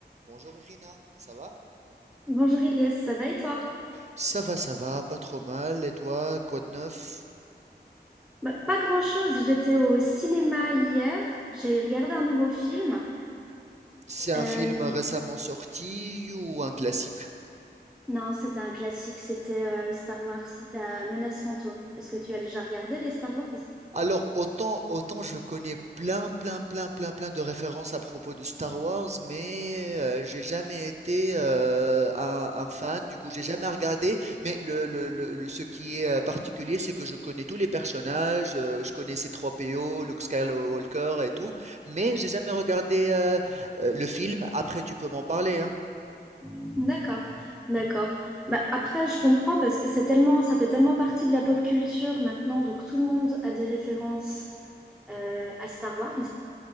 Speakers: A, on the right; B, in the centre.
A: Bonjour Irina, ça va?
B: Bonjour Elias, ça va et toi?
A: Ça va, ça va, pas trop mal. Et toi, quoi de neuf?
B: Bah, pas grand-chose, j'étais au cinéma hier, j'ai regardé un nouveau film.
A: C'est un
B: Euh,
A: film récemment sorti ou un classique?
B: non, c'était un classique, c'était euh, Star Wars, La menace fantôme. Est-ce que tu as déjà regardé les Star Wars?
A: Alors, autant, autant je connais plein, plein, plein, plein, plein de références à propos de Star Wars, mais euh, j'ai jamais été euh, un, un fan, du coup, j'ai jamais regardé. Mais le, le, le, le- ce qui est euh, particulier, c'est que je connais tous les personnages, euh, je connais ces trois po Luke Skywalker et tout, mais j'ai jamais regardé euh, euh, le film. Après, tu peux m'en parler, hein
B: D'accord, d'accord. Bah, après, je comprends parce que c'est tellement, ça fait tellement partie de la pop culture maintenant, donc tout le monde a des références euh, à Star Wars.